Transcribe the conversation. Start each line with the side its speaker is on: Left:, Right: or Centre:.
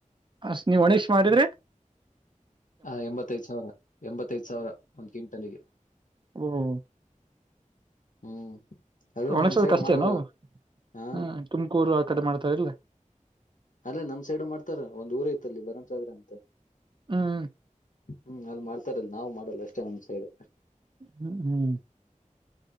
Right: ಹಶ ನಿ ವಣೀೇಶ್ ಮಾಡಿದ್ರ
Left: ಹ ಎಂಬತ್ತೈದ ಸಾವಿರ ಎಂಬತ್ತೈದ್ ಸಾವಿರ ಒಂದ ಕ್ವಿ ಟಲಗೆ
Right: ಅಬಬಬ
Left: ಹ್ಮ್ ಅದು
Right: ಒಣಗ್ಸದಕ್
Left: ನಮ್ ಸೈಡ್
Right: ಅಷ್ಟೇನ
Left: ಮಾಡಲ್ಲ
Right: ಅವು
Left: ಹ
Right: ಹ್ಮ್ ತುಮಕೂರು ಕಡೆ ಮಾಡ್ತಾರಿಲ್ಲ
Left: ಅಲ್ಲೇ ನಮ್ ಸೈಡ್ ಮಾಡ್ತಾರ ಒಂದ್ ಊರ ಇತ್ತ ಅಲ್ಲಿ ಬರಂಸಗರ್ ಅನ್ ತ.
Right: ಹ್ಮ್
Left: ಹ್ಮ್ ಅಲ್ಲಿ ಮಾಡ್ತಾರ ನಾವು ಮಾಡ ರಲ್ಲಸ್ಟೆ ಒಂದ್ ಸೈಡ್.
Right: ಹ್ಮ್ ಹ್ಮ್